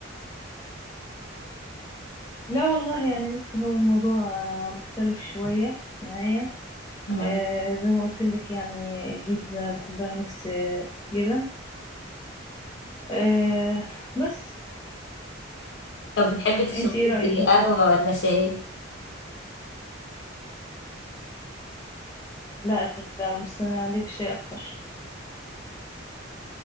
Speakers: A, on the left; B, on the left.
A: لا والله يعني بصي هو الموضوع آه، مختلف شوية معايا
B: مم.
A: آه، زي ما قلت لك يعني البيتزا بحبها ميكس آه، جبن آه، بس
B: طب بتحبي تشربي
A: انت ايه رأيك
B: ايه
A: مثلا
B: قهوة ولا شاي
A: لا لا بص انا ليه في شيء اكتر